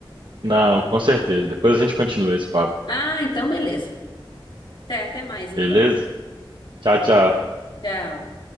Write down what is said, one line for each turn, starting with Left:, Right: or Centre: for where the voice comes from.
Right: Não, com certeza. Depois a gente continua esse papo.
Left: Ah, então beleza. Até, até mais então.
Right: Beleza? Tchau, tchau.
Left: Tchau.